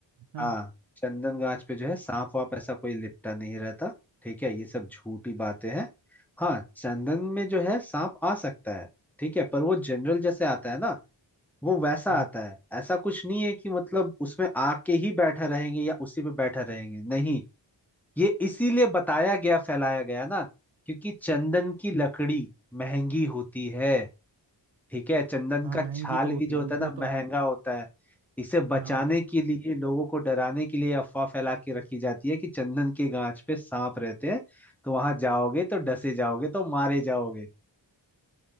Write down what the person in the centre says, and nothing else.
हाँ चंदन गाछ पे जो है सांप वाप ऐसा कोई लिपटा नहीं रहता ठीक है ये सब झूठी बातें हैं हाँ चंदन में जो है सांप आ सकता है ठीक है पर वो जनरल जैसे आता है ना वो वैसा
आता है ऐसा कुछ नहीं है कि मतलब उसमें आके ही बैठा रहेंगे या उसी पे बैठा रहेंगे नहीं ये इसीलिए बताया गया फैलाया गया ना क्योंकि चंदन की लकड़ी महंगी होती है ठीक है चंदन
का
छाल
भी जो
होता
है ना
महंगा होता है इसे बचाने
के लिए लोगों को डराने के लिए अफवाह फैला के रखी जाती है कि चंदन के गांच पे सांप रहते हैं तो वहां जाओगे तो डसे जाओगे तो मारे जाओगे